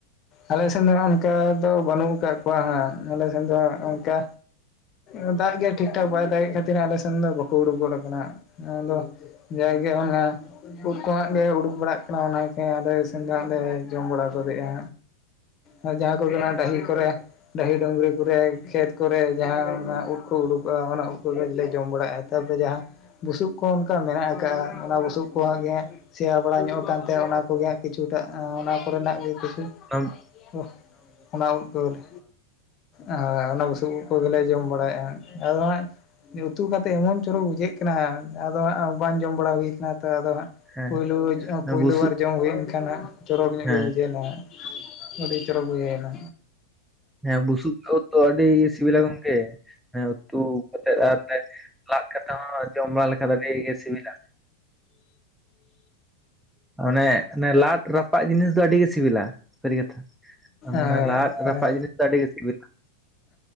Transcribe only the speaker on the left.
ᱟᱞᱮ ᱮᱥᱱ ᱫᱚ ᱦᱟᱸᱜ ᱚᱱᱠᱟ ᱫᱚ ᱵᱟᱱᱩᱜ ᱟᱠᱟᱜ ᱠᱚᱣᱟ ᱦᱟᱸᱜ ᱟᱞᱮ ᱥᱮᱱ ᱫᱚ ᱦᱟᱸᱜ ᱚᱱᱠᱟᱼᱼ ᱚᱻ ᱫᱟᱜ ᱜᱮ ᱴᱷᱤᱠ ᱴᱷᱟᱠ ᱵᱟᱭ ᱫᱟᱜᱮᱜ ᱠᱷᱟᱹᱛᱤᱨ ᱟᱞᱮ ᱥᱮᱱ ᱫᱚ ᱵᱟᱠᱚ ᱩᱰᱩᱠ ᱜᱚᱫ ᱠᱟᱱᱟ᱾ ᱟᱫᱚ ᱡᱟᱜᱮ ᱚᱱᱟ ᱩᱫ ᱠᱚ ᱦᱟᱸᱜ ᱜᱮ ᱩᱰᱩᱠ ᱵᱟᱲᱟᱜ ᱠᱟᱱᱟ ᱚᱱᱟᱼᱼ ᱦᱮᱸ ᱟᱞᱮ ᱥᱮᱱ ᱫᱚ ᱦᱟᱸᱜ ᱞᱮ ᱡᱚᱢ ᱵᱟᱲᱟ ᱜᱚᱫᱮᱜ-ᱟ ᱟᱨ ᱡᱟᱦᱟᱸ ᱠᱚ ᱜᱮ ᱰᱟᱹᱦᱤ ᱠᱚᱨᱮᱼᱼ ᱰᱟᱹᱦᱤ ᱰᱩᱝᱜᱽᱨᱤ ᱠᱚᱨᱮ ᱠᱷᱮᱛ ᱠᱚᱨᱮ ᱡᱟᱦᱟᱸ ᱱᱟᱜ ᱩᱫ ᱠᱚ ᱩᱰᱩᱠᱚᱜ-ᱟ ᱚᱱᱟ ᱩᱫ ᱠᱚᱜᱮ ᱞᱮ ᱡᱚᱢ ᱵᱟᱲᱟᱭᱟ ᱟᱨᱼᱼ ᱛᱟᱯᱚᱨᱮ ᱡᱟᱦᱟᱸ ᱵᱩᱥᱩᱵ ᱠᱚᱦᱚᱸ ᱚᱱᱠᱟ ᱢᱮᱱᱟᱜ ᱟᱠᱟᱜ-ᱟ ᱚᱱᱟ ᱵᱩᱥᱩᱵ ᱠᱚᱦᱟᱸᱜ ᱜᱮ ᱥᱮᱸᱭᱟ ᱵᱟᱲᱟ ᱧᱚᱜ ᱠᱟᱱ ᱛᱮ ᱚᱱᱟ ᱠᱚᱜᱮ ᱦᱟᱸᱜ ᱠᱤᱪᱷᱩ ᱴᱟᱜ ᱚᱸᱻ ᱚᱱᱟ ᱠᱚᱨᱮ ᱱᱟᱜ ᱜᱮ ᱠᱤᱪᱷᱩᱼᱼ
ᱳᱦ ᱚᱱᱟ ᱩᱫ ᱠᱚᱜᱮ ᱞᱮᱼᱼ ᱚᱻ ᱦᱚᱭ ᱚᱱᱟ ᱵᱩᱥᱩᱵ ᱩᱫ ᱠᱚᱜᱮ ᱞᱮ ᱡᱚᱢ ᱵᱟᱲᱟᱭᱮᱜ-ᱟ ᱟᱨ ᱦᱟᱸ ᱩᱛᱩ ᱠᱟᱛᱮᱜ ᱮᱢᱚᱱ ᱪᱚᱨᱚᱠ ᱵᱩᱡᱷᱟᱹᱜ ᱠᱟᱱᱟ ᱦᱟᱸ ᱟᱫᱚ ᱦᱟᱸᱜ ᱵᱟᱝ ᱡᱚᱢ ᱵᱟᱲᱟ ᱦᱩᱭ ᱠᱟᱱᱟ ᱛᱚ ᱟᱫᱚ ᱦᱟᱸᱜᱼᱼ
ᱯᱩᱭᱞᱩ ᱡᱚ ᱚᱸᱻ ᱯᱩᱭᱞᱩ
ᱵᱟᱨ ᱡᱚᱢ ᱦᱩᱭᱮᱱ ᱠᱷᱟᱱ ᱦᱟᱸᱜ ᱪᱚᱨᱚᱠ ᱧᱚᱜ
ᱜᱮ ᱵᱩᱡᱷᱟᱹᱣᱱᱟ᱾ ᱟᱹᱰᱤ ᱪᱚᱨᱚᱠ ᱵᱩᱡᱷᱟᱹᱭ ᱱᱟ᱾
ᱟᱨ
ᱚᱱᱮ